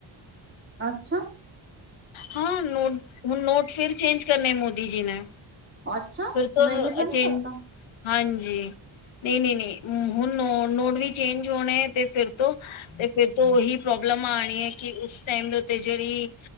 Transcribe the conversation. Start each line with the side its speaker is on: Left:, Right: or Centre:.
Right: ਅੱਛਾ,
Left: ਹਾਂ ਨੋਟ-ਨੋਟ ਫਿਰ ਚੇਂਜ ਕਰਨੇ ਮੋਦੀ ਜੀ ਨੇ?
Right: ਅੱਛਾ
Left: ਫਿਰ ਤੋਂ
Right: ਮੈਨੂੰ ਤਾਂ ਨਹੀਂ
Left: ਚੇਂਜ
Right: ਪਤਾ
Left: ਹਾਂਜੀ, ਨਹੀਂ-ਨਹੀਂ-ਨਹੀਂ ਹੁਣ ਨੋਟ ਵੀ ਚੇਂਜ ਹੋਣਾ ਹੈ ਤੇ ਫਿਰ ਤੋਂ ਤੇ ਫਿਰ ਤੋਂ ਉਹੀ ਪ੍ਰੋਬਲਮ ਆਣੀ ਹੈ ਕਿ ਉਸ ਟਾਈਮ ਦੇ ਉੱਤੇ ਜਿਹੜੀ